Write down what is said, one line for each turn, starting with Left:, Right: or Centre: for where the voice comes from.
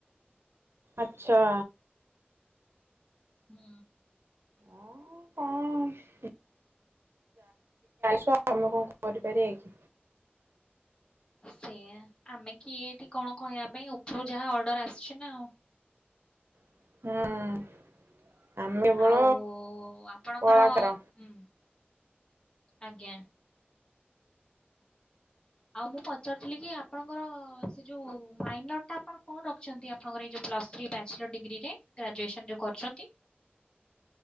Right: ଆଚ୍ଛା।
Left: ହୁଁ।
Right: ଅ ଆମେ କଣ କରିପାରିଆ କି?
Left: ସେଇଆ ଆମେ କିଏ ଏଠି କଣ କହିବା ପାଇଁ ଉପରୁ ଯାହା ଅର୍ଡର ଆସିଛି ନା ଆଉ।
Right: ହୁଁ। ଆମେ କେବଳ
Left: ଆଉ ଆପଣଙ୍କର
Right: କଳାକାର
Left: ହୁଁ ଆଜ୍ଞା। ଆଉ ମୁଁ ପଚାରୁଥିଲି କି ଆପଣଙ୍କର ସେ ଯୋଉ ମାଇନର ଟା ଆପଣ କଣ ରଖିଛନ୍ତି ଆପଣଙ୍କର ଏଇ ଯୋଉ ପ୍ଲସ ଥ୍ରୀ ବ୍ୟାଚଲର ଡିଗ୍ରୀରେ ଗ୍ରାଜୁଏସନ ଯୋଉ କରୁଛନ୍ତି